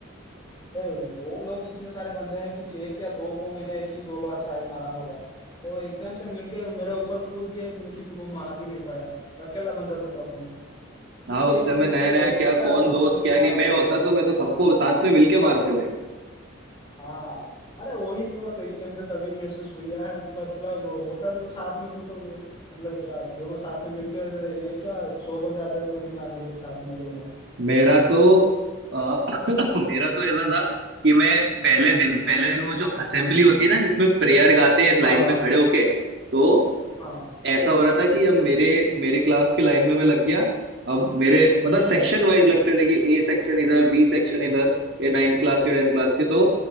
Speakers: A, on the left (about 25°); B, on the right (about 55°).
A: ए, वो लोग इतने सारे बंदे हैं किसी एक या दो को मैंने एक ही दो बार शायद मारा होगा वो एकदम से मिलके मेरे ऊपर कूद के मैं किसी को मार भी नहीं पाया अकेला बंदा था तब मैं किसी
B: हाँ उस
A: एक
B: समय
A: एक
B: नया
A: एक
B: नया क्या
A: या
B: कौन
A: दो
B: दोस्त
A: बंदे को
B: क्या
A: मारा
B: नहीं
A: होगा
B: मैं होता
A: शायद
B: तो मैं तो सबको
A: हाँ
B: साथ में मिलके मारते भाई
A: हाँ अरे वही तो तेरी कमी तो तभी महसूस हुई यार मतलब वो होता तो साथ में तू तो मतलब क्या दोनों साथ में मिलके ये क्या सौ बंदे आते तो भी मार लेते साथ में दोनों
B: मेरा तो तो मेरा तो ऐसा था कि मैं पहले दिन पहले दिन वो जो असेंबली होती है ना जिसमें प्रेयर गाते हैं इस लाइन
A: हाँ हाँ
B: में खड़े होके तो
A: हाँ
B: ऐसा हो रहा था कि अब मेरे मेरे क्लास की लाइन में मैं लग गया अब मेरे मतलब सेक्शन
A: अच्छा
B: वाइज लगते थे कि ए सेक्शन इधर बी सेक्शन इधर ये नाइन्थ क्लास के टेंथ क्लास के तो